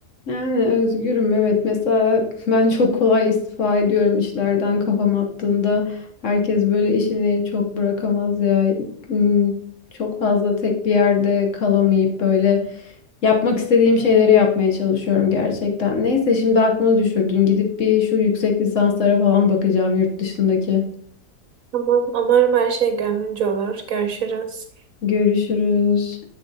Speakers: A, on the left (about 55°); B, on the right (about 65°).
A: Yani özgürüm evet mesela <laughs> ben çok kolay istifa ediyorum işlerden kafam attığında herkes böyle işini çok bırakamaz ya Hmm, çok fazla tek bir yerde kalamayıp böyle yapmak istediğim şeyleri yapmaya çalışıyorum gerçekten. Neyse şimdi aklıma düşürdün gidip bir şu yüksek lisanslara falan bakacağım yurt dışındaki.
B: Tamam, umarım her şey gönlünce olur. Görüşürüz.
A: Görüşürüz.